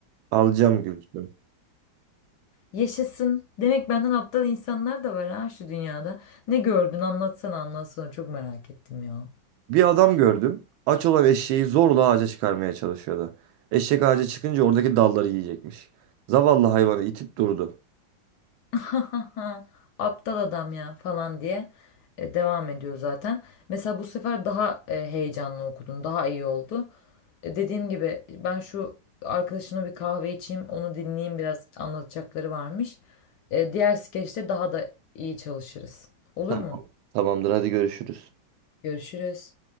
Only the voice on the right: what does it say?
Alacağım Gülsüm.
Bir adam gördüm. Aç olan eşeği zorla ağaca çıkarmaya çalışıyordu. Eşek ağaca çıkınca oradaki dalları yiyecekmiş. Zavallı hayvanı itip durdu.
Tamam.
Tamamdır hadi görüşürüz.